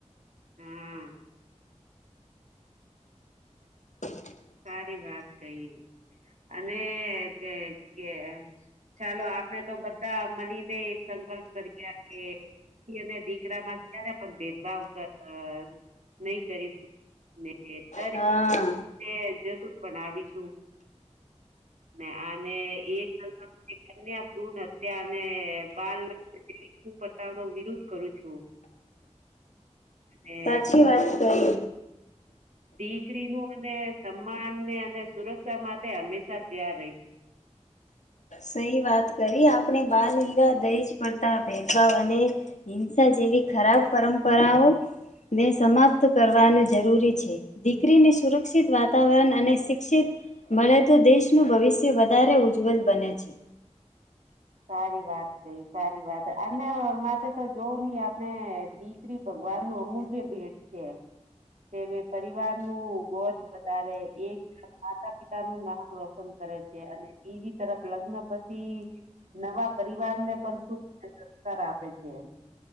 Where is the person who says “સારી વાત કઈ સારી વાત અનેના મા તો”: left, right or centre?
Right